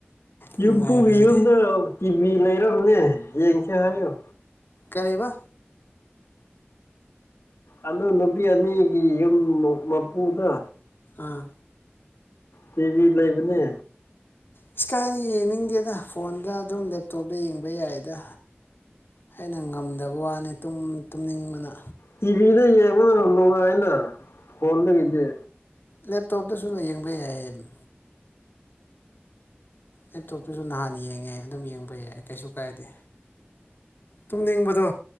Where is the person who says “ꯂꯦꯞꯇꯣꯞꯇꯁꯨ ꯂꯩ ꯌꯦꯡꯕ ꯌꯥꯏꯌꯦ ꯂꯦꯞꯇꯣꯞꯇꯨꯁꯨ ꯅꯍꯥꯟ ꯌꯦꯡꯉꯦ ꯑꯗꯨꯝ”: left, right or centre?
Left